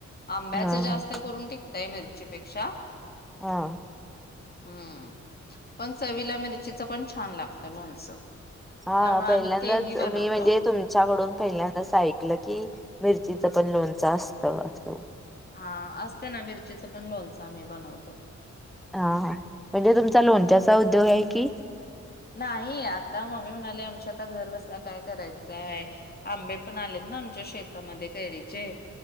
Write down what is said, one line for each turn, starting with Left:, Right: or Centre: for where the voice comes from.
Left: आंब्याचं
Centre: हा
Left: जास्त
Centre: हा.
Left: करून टिक त्या मिरचीपेक्षा
Centre: हा
Left: हम्म पण चवीला मिरचीचं पण छान लागत लोणचं
Centre: हा
Left: त्यामुळे
Centre: पहिल्यांदाच
Left: आम्ही तेही बनवतो.
Centre: मी म्हणजे तुमच्याकडून पहिल्यांदाच ऐकलं की मिरचीचं पण लोणचं असतं असतं
Left: हा असते ना मिरचीचं पण लोणचं आम्ही बनवतो.
Centre: हा हा म्हणजे तुमचा लोणच्याचा उद्योग आहे कि
Left: नाही आता मम्मी म्हणाले आमच्या आता घर बसल्या काय करायचं आहे आंबे पण आलेत ना आमच्या शेतामध्ये कैरीचे